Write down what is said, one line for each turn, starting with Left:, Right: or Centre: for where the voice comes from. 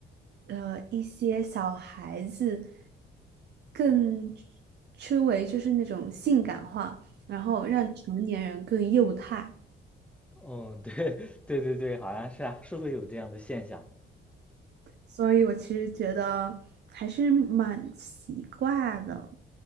Right: 呃一些小孩子更称为就是那种性感化，然后让成年人更幼态。
Centre: 嗯，对 <laughs> 对对对，好像是啊，是会有这样的现象。
Right: 所以我其实觉得还是蛮奇怪的。